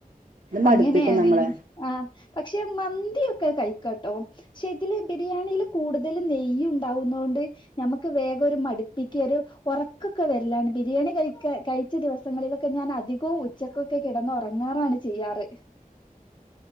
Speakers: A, on the right; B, on the left.
A: ഇത് മടുപ്പിക്കും
B: അങ്ങനെയാണ്
A: നമ്മളെ
B: എ ആ പക്ഷെ മന്തിയൊക്കെ കഴിക്കാട്ടോ പക്ഷെ ഇതില് ബിരിയാണിയില് കൂടുതല് നെയ്യ് ഉണ്ടാവുന്നൊണ്ട് ഞമ്മക്ക് വേഗം ഒരു മടുപ്പിക്ക ഒരു ഉറക്കൊക്കെ വരലാണ് ബിരിയാണി കഴിക്കാൻ കഴിച്ച ദിവസം സങ്ങളിലൊക്കെ ഞാൻ അധികവും ഉച്ചക്കൊക്കെ കിടന്ന് ഉറങ്ങാറാണ് ചെയ്യാറ്